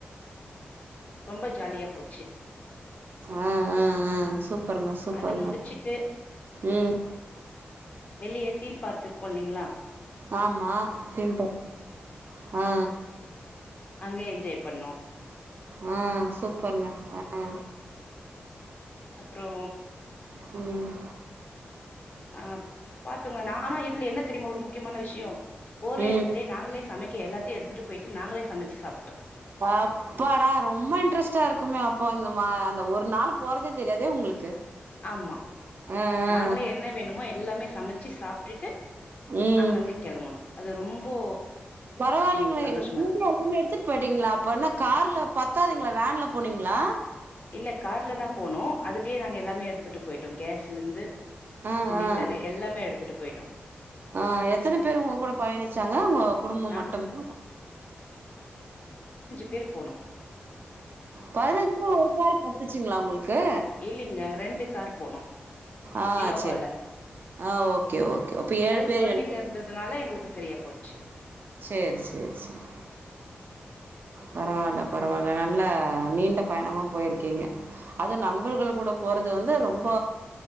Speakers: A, on the left (about 40°); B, on the right (about 55°).
A: ரொம்ப ஜாலியா போச்சு
B: ஆ ஆ ஆ சூப்பருங்க சூப்பருங்க
A: அது முடிச்சுட்டு
B: ம்
A: வெளியே டீம் பார்க் இருக்கு இல்லிங்களா
B: ஆமா தீம் பார்க் அ
A: அங்கே என்ஜாய் பண்ணோ
B: ம் சூப்பர்ங்க ஹ்ஹு
A: அப்புறோ
B: ம்
A: ஆ பாத்துங்க ந ஆனா இதுல என்ன தெரியுமா ஒரு முக்கியமான விஷயோ போற
B: ம்
A: இடத்திலே நாங்களே சமைக் கே எல்லாத்தையு எடுத்துட்டு போயிட்டு நாங்களே சமைச்சுாப்பிட்டோ
B: அப்பாடா ரொம்ப இன்ட்ரெஸ்டா இருக்குமே அப்போ இந்த மா அந்த ஒரு நாள் போறதே தெரியாதே உங்களுக்கு
A: ஆமா
B: ஆ ஆ
A: நாங்களே என்ன வேணுமோ எல்லாமே சமைச்சி சாப்பிட்டுட்டு
B: ம்
A: அங்கங்க கெளம்புனோ அது ரொம்போ
B: பரவாயில்லைங்களே
A: எங்களுக்கு சந்தோஷமா
B: இங்கயே
A: இருந்தது.
B: எல்லாமே எடுத்துட்டு போயிட்டீங்களா அப்ப என்ன கார்ல பத்தாதுங்களே வேன்ல போனீங்களா
A: இல்ல கார்ல தா போணோ அதுலயே நாங்க எல்லாமே எடுத்துட்டு போயிட்டோ கேஸ்லருந்து
B: ஆ
A: சிலிண்டர்
B: ஆ
A: எல்லாமே எடுத்துட்டு போயிட்டோ
B: ஆ எத்தன பேரு உங்க கூட பயணிச்சாங்க உங்க குடும்போ
A: நாங்
B: மட்டுமா
A: பேரு போணு
B: பதினஞ்சுமா காரு பத்துச்சுங்களா உங்களுக்கு
A: இல்லைங்க கார் போனோம்.
B: ஆ
A: இனோவால.
B: செரி ஆ ஓகே ஓகே அப்ப ஏழு
A: அது
B: பேர்
A: கொழந்தைங்க
B: ஏழு பேர்
A: இருந்ததுனால எங்களுக்கு சரியா போச்சு
B: செரி செரி செரி பரவாயில்ல பரவாயில்ல நல்ல நீண்ட பயணமா போயிருக்கீங்க அது நண்பர்கள் கூட போறது வந்து ரொம்ப